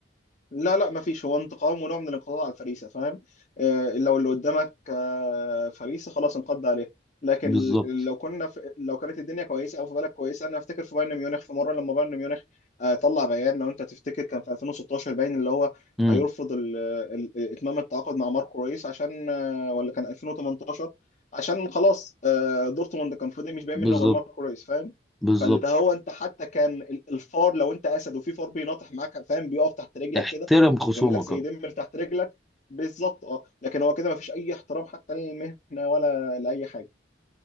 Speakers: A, on the left (about 40°); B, in the centre.
A: لا لا ما فيش هو انتقام ونوع من الانقضاض على الفريسه فاهم آه لو اللي قدامك آه فريسه خلاص انقض عليه لكن
B: بالظبط
A: ال- لو كنا في لو كانت الدنيا كويسه او في بالك كويسه انا افتكر في بايرن ميونخ في مره لما بايرن ميونخ آه طلع بيان لو انت تفتكر كان في 2016 باين اللي هو
B: امم
A: هيرفض ال- ال- اتمام التعاقد مع ماركو ريس عشان آه ولا كان 2018 عشان خلاص آه دورتموند كان فاضي مش باين
B: بالظبط
A: منه غير ماركو ريس فاهم
B: بالظبط
A: فاللي هو انت حتى كان ال- الفار لو انت اسد وفي فار بيناطح معاك فاهم بيقف تحت رجلك
B: احترم
A: كده
B: خصومك
A: بيعمل لك زي
B: اهو
A: دم تحت رجلك بالظبط اه لكن هو كده ما فيش اي احترام حتى للمهنه ولا لاي حاجه